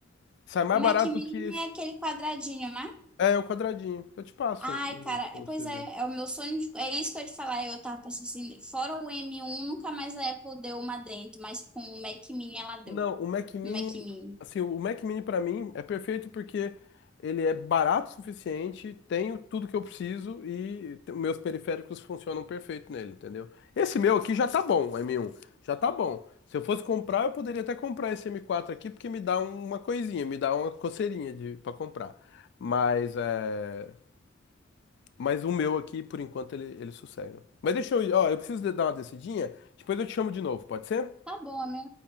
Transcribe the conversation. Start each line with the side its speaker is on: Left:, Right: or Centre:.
Left: Sai mais
Centre: Mac
Left: barato
Centre: Mini
Left: do que esse.
Centre: é aquele quadradinho, né?
Left: É, é o quadradinho. Eu te passo
Centre: Ai,
Left: o
Centre: cara,
Left: link para
Centre: é-
Left: você
Centre: pois
Left: ver.
Centre: é, é o meu sonho, de- é isso que eu ia te falar, eu tava pensando assim, fora o M1, nunca mais a Apple deu uma dentro, mas com o Mac Mini ela deu,
Left: Não, o Mac Mini,
Centre: o Mac Mini.
Left: assim, o Mac Mini pra mim é perfeito porque ele é barato o suficiente, tenho tudo que eu preciso e te- meus periféricos funcionam perfeito nele, entendeu? Esse meu aqui já tá bom, o M1, já tá bom. Se eu fosse comprar, eu poderia até comprar esse M4 aqui porque me dá uma coisinha, me dá uma coceirinha de para comprar. Mas é, mas o meu aqui por enquanto ele ele sossega. Mas deixa eu, ir, ó, eu preciso de- dar uma descidinha, depois eu te chamo de novo, pode ser?
Centre: Tá bom, né?